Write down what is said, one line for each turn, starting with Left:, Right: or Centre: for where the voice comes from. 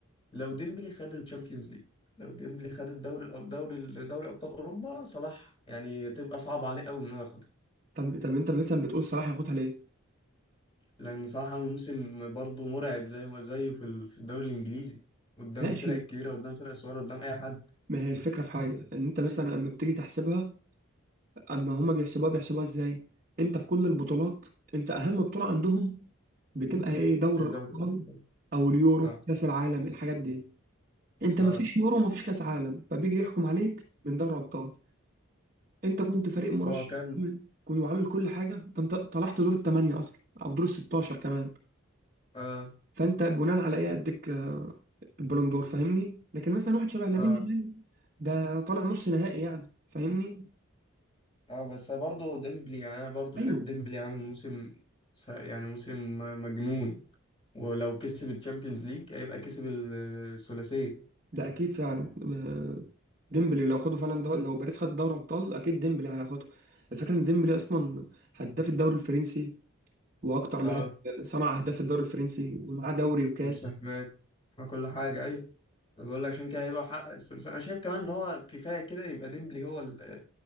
Left: لو ديمبلي خد الشامبيونز ليج لو ديمبلي خد الدوري الأب- دوري دوري ابطال اوروبا صلاح يعني تبقى صعب عليه قوي ان هو ياخدها
Right: طب طب انت مثلا بتقول صلاح ياخدها ليه؟
Left: لان صلاح عامل موسم برضه مرعب زي ما زيه في ال- في الدوري الانجليزي قدام
Right: ماشي
Left: الفرق الكبيره قدام الفرق الصغيره قدام اي حد
Right: ما هي الفكرة في حاجة ان انت مثلا لما بتيجي تحسبها اما هما بيحسبوها بيحسبوها ازاي انت في كل البطولات انت اهم بطولة عندهم بتبقى ايه دوري
Left: من
Right: الابطال
Left: دوري الابطال
Right: او اليورو
Left: آه.
Right: كاس العالم الحاجات دي انت
Left: اه
Right: ما فيش يورو ما فيش كاس عالم فبيجي يحكم عليك من دوري ابطال انت كنت فريق مرشح
Left: هو كان
Right: تمام، كنت وعامل كل حاجة ده انت طلعت دور الثمانية اصلا او دور الستاشر كمان
Left: اه
Right: فانت بناء على ايه اديك آه، البالون دور فاهمني لكن مثلا واحد شبه لامين
Left: اه
Right: يامال ده طالع نص نهائي يعني فاهمني
Left: اه بس برضه ديمبلي يعني انا برضه
Right: ايوه
Left: شايف ديمبلي عامل موسم س- يعني موسم مجنون ولو كسب الشامبيونز ليج هيبقى كسب الثلاثية
Right: ده اكيد فعلا آه، ديمبلي لو خدوا فعلا دو... لو باريس خد دوري ابطال اكيد ديمبلي هياخده الفكره ان ديمبلي اصلا هداف الدوري الفرنسي واكتر لاعب
Left: اه
Right: صنع اهداف الدوري الفرنسي ومعاه دوري وكاس
Left: ومساهمات وكل حاجة ايوه بقول لك عشان كده هيبقى حقق الثلاثية انا شايف كمان ان هو كفاية كده يبقى ديمبلي هو ال...